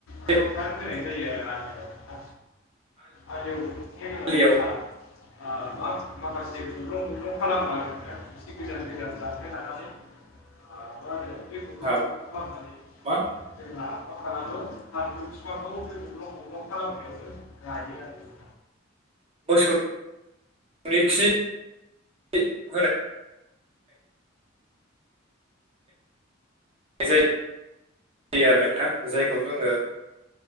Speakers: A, on the left; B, on the right.
A: खोबनानै
B: बे
A: दोननाय जायो आरोना। आलियाव खेंना
B: आलियावनो
A: दोनना ओ माखासे गब्लं गब्लं खालामबाय आरो एसे गोजान गोजान जानथाय लानानै ओ मा होनो बे गब्लं
B: जोंहा
A: गब्लं खालामनानै
B: मा
A: जोंहा खालामो फानलु फिफांखौ बे गब्लं गब्लं खालामनायावनो गायो आरो।
B: मोसौ नि खि खि होनाय जायो आरो नोंथां जायखौ जोङो